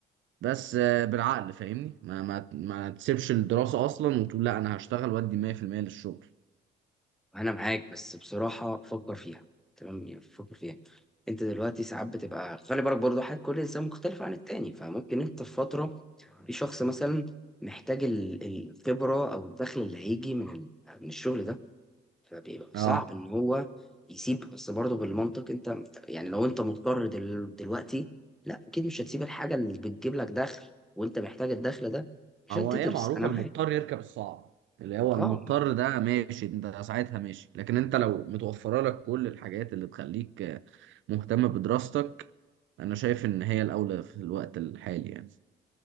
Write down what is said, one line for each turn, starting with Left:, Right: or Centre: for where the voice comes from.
Right: بس آه، بالعقل فاهمني ما ما ما تسيبش الدراسة أصلا وتقول لا أنا هشتغل وأدي 100% للشغل
Centre: انا معاك بس بصراحه فكر فيها تمام يعني فكر فيها انت دلوقتي ساعات بتبقى خلي بالك برضو حاجه كل انسان مختلف عن التاني فممكن انت في فتره في شخص مثلا محتاج ال- الخبره او الدخل اللي هيجي من ال- من الشغل ده فبيبقى
Right: اه
Centre: صعب ان هو يسيب بس برضه بالمنطق انت يعني لو انت مضطر دل- دلوقتي لا اكيد مش هتسيب الحاجه اللي بتجيب لك دخل وانت محتاج الدخل ده عشان
Right: هو
Centre: تدرس
Right: هي معروفة
Centre: انا معاك
Right: المضطر يركب الصعب اللي هو المضطر
Centre: اه
Right: ده ماشي انت ساعتها ماشي لكن انت لو متوفرة لك كل الحاجات اللي تخليك آه، مهتم بدراستك أنا شايف إن هي الأولى في الوقت الحالي يعني